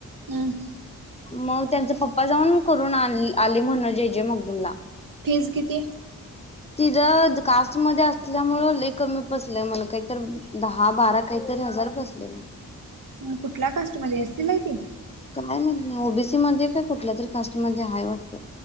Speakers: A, on the right; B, on the left.
A: हम्म.
B: मग त्यांचा पप्पा जाऊन करून आले म्हणून जेजे मगदूम ला
A: फीज किती
B: ति ज कास्ट मध्ये असल्यामु कमी पसलेय म्हण काहीत दहा बारा काहीतरी हजार बसले म
A: कुठल्या कास्टमध्ये असतील ना ते
B: काय माहित नाही ओबीसी काय कुठल्या तरी कास्टमध्येे आहेय वाटतं